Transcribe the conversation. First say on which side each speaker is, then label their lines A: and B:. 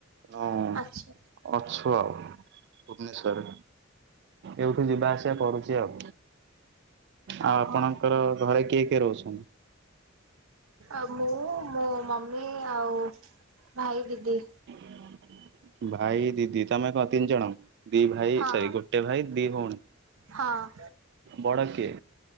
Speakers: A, on the right (about 55°); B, on the right (about 85°).
A: ହଁ
B: ଆଚ୍ଛା
A: ଅଛୁ ଆଉ ଭୁବନେଶ୍ୱରରେ। ଏଇଠୁ ଯିବା ଆସିବା କରୁଚି ଆଉ। ଆଉ
B: ଓହୋ
A: ଆପଣଙ୍କର ଘରେ କିଏ କିଏ ରହୁଛନ୍ତି?
B: ଆଉ ମୁଁ ମୋ ମମି ଆଉ ଭାଇ, ଦିଦି।
A: ଭାଇ, ଦିଦି। ତମେ କଣ ତିନ ଜଣ? ଦି ଭାଇ
B: ହଁ
A: ସରି ଗୋଟେ ଭାଇ ଦି ଭଉଣୀ।
B: ହଁ
A: ବଡ କିଏ?